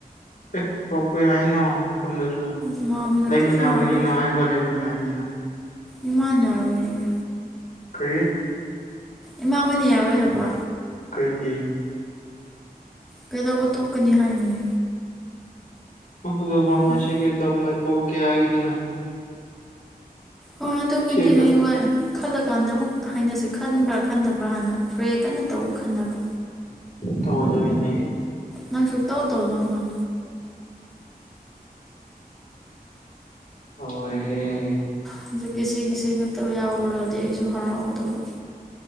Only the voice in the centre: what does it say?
ꯏꯃꯥꯍꯣꯏꯅ
ꯀꯔꯤꯁꯨ ꯌꯥꯔꯣꯏ
ꯏꯃꯥꯟ ꯌꯥꯔꯣꯏꯌꯦ
ꯏꯃꯥ ꯍꯣꯏꯅ ꯌꯥꯔꯣꯏ ꯍꯥꯏꯕ
ꯀꯩꯗꯧꯕ ꯊꯣꯛꯀꯅꯤ ꯍꯥꯏꯅꯤꯌꯦ
ꯍꯣꯏ
ꯍꯔꯑꯗꯨꯒꯤ
ꯈꯨꯗꯤꯍꯦ ꯋꯥꯔ ꯈꯜꯂꯀꯥꯟꯗ ꯑꯃꯨꯛ ꯍꯥꯏꯅꯁꯦ ꯈꯟꯕ꯭ꯔꯥ ꯈꯟꯗꯕ꯭ꯔꯥ ꯍꯥꯟꯅ ꯔ꯭ꯔꯦ ꯀꯟꯅ ꯇꯧꯕ ꯈꯟꯅꯕ
ꯅꯪ ꯁꯨꯞ ꯇ ꯑꯣ ꯇꯧꯗꯣ ꯑꯃꯥꯟ
ꯍꯧꯖꯤꯛꯀꯤ ꯁꯤꯒꯤꯁꯤ ꯉꯥꯛꯇ ꯌꯥꯎꯔꯗꯤ ꯑꯩꯁꯨ ꯍꯔꯥꯎꯒꯗꯧꯕ